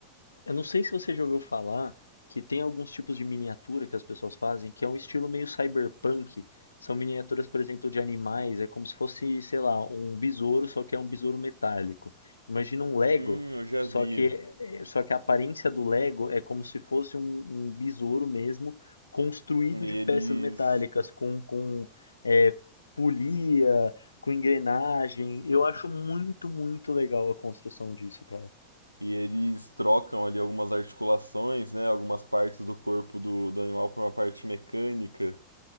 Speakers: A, on the left; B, on the right.
A: eu não sei se você já ouviu falar que tem alguns tipos de miniatura que as pessoas fazem, que é um estilo meio cyberpunk. São miniaturas, por exemplo, de animais, é como se fosse, sei lá, um besouro, só que é um besouro metálico. Imagina um Lego,
B: Hum, eu já
A: só
B: vi.
A: que, é, só que a aparência do Lego é como se fosse um, um besouro mesmo, construído
B: E
A: de peças
B: eles.
A: metálicas, com, com é, polia, com engrenagem. Eu acho muito, muito legal a construção disso, cara.
B: E eles trocam ali algumas articulações, né? Algumas partes do corpo do, do animal por uma parte mecânica.